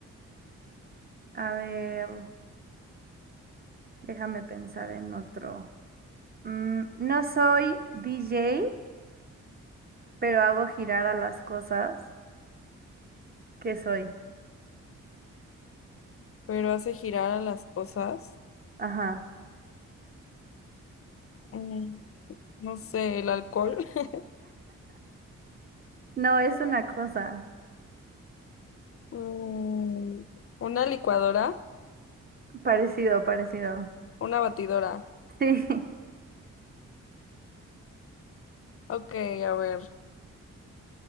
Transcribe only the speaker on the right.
a ver, déjame pensar en otro. Mm, no soy DJ, pero hago girar a las cosas. ¿Qué soy?
Ajá.
No, es una cosa.
Parecido, parecido.
Sí. <laughs>